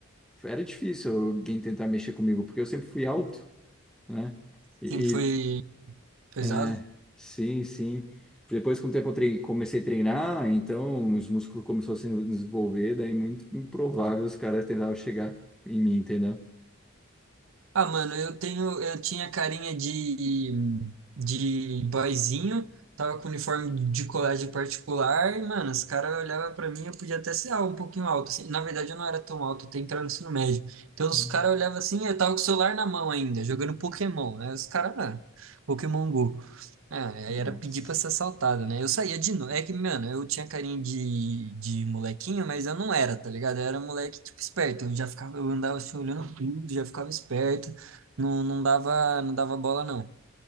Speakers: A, in the centre; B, on the right.
A: era difícil alguém tentar mexer comigo, porque eu sempre fui alto, né? E,
B: Sempre foi pesado?
A: É, sim, sim. Depois, com o tempo, eu trei- comecei a treinar, então os músculos começaram a se desenvolver, daí muito improvável os caras tentavam chegar em mim, entendeu?
B: Ah, mano, eu tenho, eu tinha carinha de, de boyzinho, tava com uniforme de colégio particular, e, mano, os caras olhavam pra mim, eu podia até ser ah, um pouquinho alto, assim. Na verdade, eu não era tão alto, eu tenho entrado no ensino médio. Então, os
A: Hum.
B: caras olhavam assim, eu tava com o celular na mão ainda, jogando Pokémon, né? Os caras, ah, Pokémon Go. Ah, aí
A: Nossa,
B: era pedir pra ser assaltado, né? Eu saía de noite. É que, mano, eu tinha carinho de, de molequinho, mas eu não era, tá ligado? Eu era moleque, tipo, esperto. Eu já ficava, eu andava assim, olhando tudo, já ficava esperto. Não, não dava, não dava bola, não.